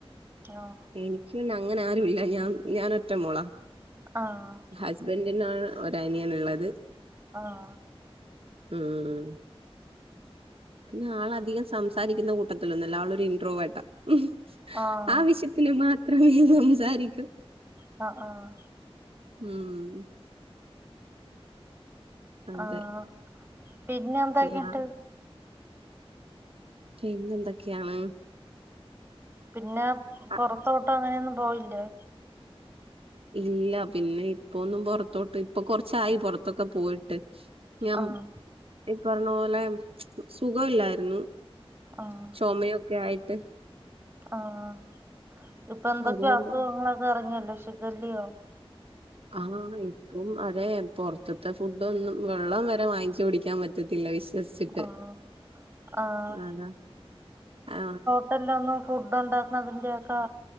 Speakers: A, on the right; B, on the right.
A: ആഹാ..
B: എനിക്ക് പിന്നെ അങ്ങനെ ആരും ഇല്ല. ഞാൻ, ഞാൻ ഒറ്റ മോളാ.
A: ആണോ?
B: ഹസ്ബൻഡിനാണ് ഒരനിയൻ ഉള്ളത്.
A: ആഹാ.
B: ഉം ഉം ഉം. പിന്നെ ആളധികം സംസാരിക്കുന്ന- കൂട്ടത്തിലൊന്നുമല്ല. ആളൊ ഒരു ഇൻറ്രോവർട്ടാ. ഉം..
A: ആഹ്
B: ആവശ്യത്തിന് മാത്രമേ സംസാരിക്കൂ.
A: ആഹാ ആഹാ...
B: ഉം ഉം അതെ
A: ആഹ പിന്നെ എന്താക്കെയുണ്ട്?
B: ഞാ പിന്ന എന്തൊക്കെയാണ്
A: പിന്നെ
B: അ
A: പുറത്തോട്ട് അങ്ങനെയൊന്നും പോകലില്ലേ
B: ഇല്ല. പിന്നെ ഇപ്പൊന്നും പുറത്തോട്ട്, ഇപ്പൊ കൊറച്ചായി പുറത്തൊക്കെ പോയിട്ട്. ഞാൻ
A: ആഹ്
B: ഇപ്പറഞ്ഞ പോലെ സുഖമില്ലായിരുന്നു.
A: ആഹ
B: ചുമയൊക്കെ ആയിട്ട്
A: ആഹ.. ഇപ്പൊ എന്തൊക്കെയോ
B: അതുകൊണ്ട്
A: അസുഖങ്ങളൊക്കെ ഇറങ്ങിയല്ലോ ഷിഗല്ലിയോ?
B: ആഹ.. ഇപ്പം അതെ. പൊറത്തൂന്നു ഫുഡ് ഒന്നും, വെള്ളം വരെ വാങ്ങിച്ചു കുടിക്കാൻ പറ്റില്ല പറ്റത്തില്ല വിശ്വസിച്ചിട്ട്,
A: ആഹ് ആഹ്
B: അതാ, ആ
A: ഹോട്ടലൊന്നും ഫുഡ് ഉണ്ടാക്കണതിന്റെ ഒക്കെ,